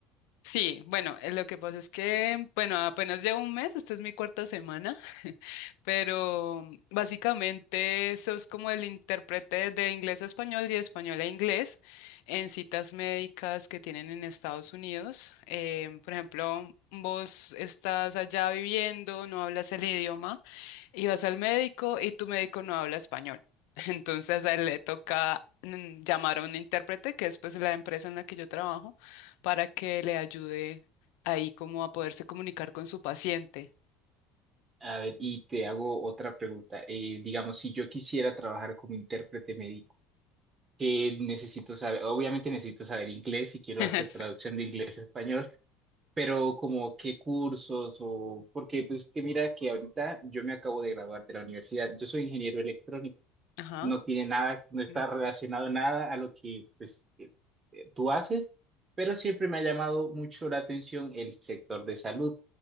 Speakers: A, on the left; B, on the right.
A: Sí, bueno, eh, lo que pasa es que, bueno, apenas llevo un mes, esta es mi cuarta semana, <laughs> pero mm, básicamente sos como el intérprete de inglés a español y español a inglés en citas médicas que tienen en Estados Unidos. Em, por ejemplo, vos estás allá viviendo, no hablas el idioma. Y vas al médico y tu médico no habla español. <laughs> Entonces a él le toca mm, llamar a un intérprete, que es pues la empresa en la que yo trabajo, para que le ayude ahí como a poderse comunicar con su paciente.
B: A ver, y te hago otra pregunta. Eh, digamos, si yo quisiera trabajar como intérprete médico, ¿qué necesito saber? Obviamente necesito saber inglés si quiero
A: <laughs>
B: hacer
A: Sí.
B: traducción de inglés a español Pero como qué cursos o porque pues que mira que ahorita yo me acabo de graduar de la universidad. Yo soy ingeniero electrónico.
A: Ajá.
B: No tiene nada, no está
A: No.
B: relacionado nada a lo que pues eh, eh, tú haces, pero siempre me ha llamado mucho la atención el sector de salud